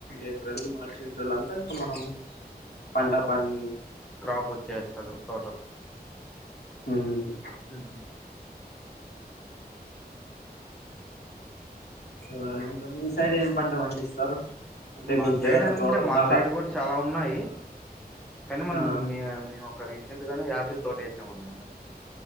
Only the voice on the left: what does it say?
ఏప్రిల్ మార్చి ఏప్రిల్ అంతా ఇంకా మనం పంట పని
ఉహ్మ్
ఇ ఇంకా మీ సైడ్ ఏం పంట పండిస్తారు. అంటే
మీకు
ఏదన్నా
తోట ఉందా
అలా
ఆ